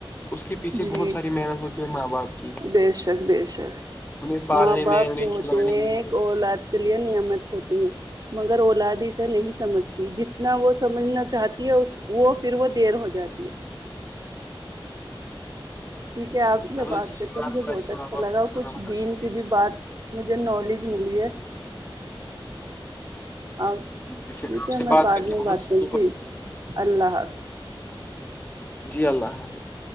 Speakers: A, on the left; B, on the right.
A: اس کے پیچھے
B: جی
A: بہت ساری محنت ہوتی ہے ماں باپ کی
B: بے شک بے شک
A: انہیں پالنے
B: ماں باپ
A: میں انہیں
B: جو ہوتے
A: کھلانے
B: ہیں
A: میں
B: ایک اولاد لیے نعمت ہوتے ہیں مگر اولاد ایسا نہیں سمجھتی جتنی نا وہ سمجھنا چاہتی ہے اس وہ پھر وہ دیر ہو جاتی ہے ٹھیک ہے آپ سے
A: چلو
B: بات
A: جی
B: کر کے
A: اللہ
B: مجھے
A: ہمارے
B: بہت اچھا
A: ماں باپ
B: لگا
A: کو
B: اور
A: سلامت
B: کچھ دین
A: رکھے
B: کی بھی بات مجھے نالج ملی ہے آ
A: جی بے
B: ٹھیک
A: شک آپ
B: ہے
A: سے
B: میں بعد
A: کر
B: میں
A: کے بہت
B: بات
A: سکون-
B: کروں ٹھیک اللہ حافظ
A: جی اللہ حافظ